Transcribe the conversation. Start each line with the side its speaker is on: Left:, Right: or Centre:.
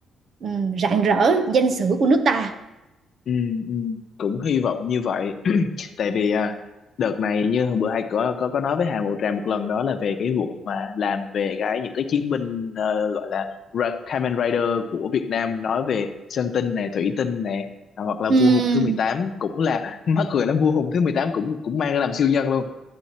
Right: à, rạng rỡ danh sử của nước ta
Left: Ừ, ừ, cũng hy vọng như vậy <clears throat> tại vì à, đợt này như hôm bữa hai có có có nói với Hà Ngọc Trà một lần đó là về cái vụ mà làm về cái những cái chiến binh ờ, gọi là Ra- Kamen Rider của Việt Nam nói về Sơn Tinh này Thủy Tinh này à, hoặc là
Right: Ừm.
Left: Vua Hùng thứ mười tám cũng là <laughs> mắc cười lắm Vua Hùng thứ mười tám cũng cũng mang ra làm siêu nhân luôn